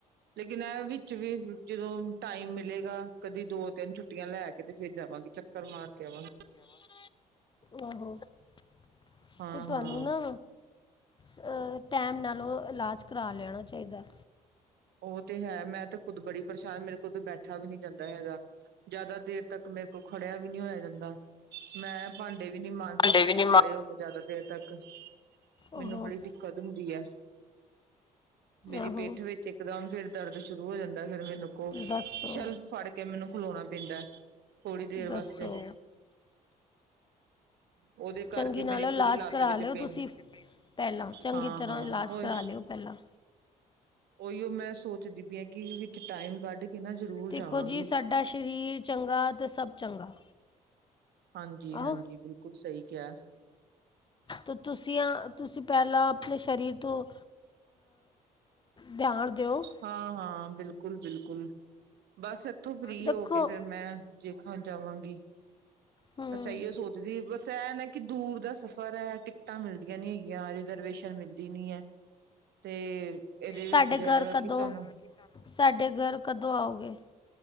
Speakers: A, on the right; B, on the left.
A: ਲੇਕਿਨ ਇਹ ਵਿੱਚ ਵੀ ਜਦੋਂ ਟਾਈਮ ਮਿਲੇਗਾ ਕਦੀ ਦੋ ਤਿੰਨ ਛੁੱਟੀਆਂ ਲੈ ਕੇ। ਕਿਤੇ ਫੇਰ ਜਾਵਾਂਗੀ ਚੱਕਰ ਮਾਰ ਕੇ ਆਵਾਂ।
B: ਆਹੋ ਤੇ
A: ਹਾਂ-ਹਾਂ
B: ਤੁਹਾਨੂੰ ਨਾ ਅ, ਟਾਈਮ ਨਾਲ ਉਹ ਇਲਾਜ ਕਰਾ ਲੈਣਾ ਚਾਹੀਦਾ।
A: ਉਹ ਤੇ ਹੈ ਮੈਂ ਤੇ ਖੁਦ ਬੜੀ ਪਰੇਸ਼ਾਨ ਮੇਰੇ ਕੋਲ ਤਾਂ ਬੈਠਾ ਵੀ ਨਹੀਂ ਜਾਂਦਾ ਹੈਗਾ, ਜ਼ਿਆਦਾ ਦੇਰ ਤੱਕ ਮੈਂ ਕੋ ਖੜਿਆ ਵੀ ਨੀ ਹੋਇਆ ਜਾਂਦਾ, ਮੈਂ ਭਾਂਡੇ ਵੀ ਨੀ ਮਾਂਜ ਸਕਦੀ
B: ਭਾਂਡੇ ਵੀ ਨੀ ਮਾਂ
A: ਖੜੇ ਹੋ ਜ਼ਿਆਦਾ ਦੇਰ ਤੱਕ। ਮੈਨੂੰ
B: ਆਹੋ,
A: ਬੜੀ ਦਿੱਕਤ ਹੁੰਦੀ ਐ, ਮੇਰੀ
B: ਆਹੋ।
A: ਪਿੱਠ ਵਿੱਚ ਇੱਕ ਇਕਦਮ ਫੇਰ ਦਰਦ ਸ਼ੁਰੂ ਹੋ ਜਾਂਦਾ ਫੇਰ ਮੈਨੂੰ ਕੋ,
B: ਦੱਸੋ,
A: ਸ਼ੈਲਫ ਫੜ ਕੇ ਮੈਨੂੰ ਖਲੋਣਾ ਪੈਂਦਾ। ਥੋੜ੍ਹੀ ਦੇਰ
B: ਦੱਸੋ।
A: ਵਾਸਤੇ। ਉਹਦੇ ਕਰਕੇ
B: ਚੰਗੀ
A: ਮੇਰੀ
B: ਨਾਲ ਉਹ
A: ਪੂਰੀ
B: ਇਲਾਜ
A: ਲੱਤ
B: ਕਰਾ
A: ਵਿੱਚ
B: ਲਿਓ
A: ਪੇਨ
B: ਤੁਸੀਂ। ਪਹਿਲਾਂ ਚੰਗੀ
A: ਹਾਂ
B: ਤਰ੍ਹਾਂ
A: ਹਾਂ
B: ਇਲਾਜ
A: ਉਹੀ
B: ਕਰਾ ਲਿਓ ਪਹਿਲਾਂ।
A: ਉਹੀਓ ਮੈਂ ਸੋਚਦੀ ਪਈ ਹੈ। ਕਿ ਵਿੱਚ ਟਾਈਮ ਕੱਢ ਕੇ ਨਾ। ਜ਼ਰੂਰ
B: ਦੇਖੋ
A: ਜਾਵਾਂਗੀ।
B: ਜੀ ਸਾਡਾ ਸਰੀਰ ਚੰਗਾ ਅਤੇ ਸਭ ਚੰਗਾ।
A: ਹਾਂਜੀ
B: ਆਹੋ।
A: ਹਾਂਜੀ ਬਿਲਕੁਲ ਸਹੀ ਕਿਹਾ।
B: ਤੇ ਤੁਸੀਂਆ ਤੁਸੀਂ ਪਹਿਲਾਂ। ਆਪਣੇ ਸਰੀਰ ਤੋਂ ਧਿਆਨ ਦਿਓ।
A: ਹਾਂ ਹਾਂ ਬਿਲਕੁਲ ਬਿਲਕੁਲ ਬਸ ਇੱਥੋਂ ਫ੍ਰਰੀ
B: ਦੇਖੋ
A: ਹੋ ਕੇ ਫੇਰ ਮੈਂ। ਵੇਖਾਂ ਜਾਵਾਂਗੀ।
B: ਹੂੰ।
A: ਬਸ ਇਹ ਹੀ ਸੋਚਦੀ ਬਸ ਇਹ ਨਾ ਕਿ ਦੂਰ ਦਾ ਸਫ਼ਰ ਹੈ। ਟਿਕਟਾਂ ਮਿਲਦੀਆਂ ਨੀ ਹੈਗੀਆਂ ਰਿਜਰਵੇਸ਼ਨ। ਦੀ ਨਹੀਂ ਹੈ। ਤੇ ਇਹਦੇ
B: ਸਾਡੇ
A: ਵਿੱਚ ਜਿਹੜਾ
B: ਘਰ
A: ਵਾ
B: ਕਦੋਂ
A: ਕਿ ਸਾਨੂੰ।
B: ਸਾਡੇ ਘਰ ਕਦੋਂ ਆਉਗੇ?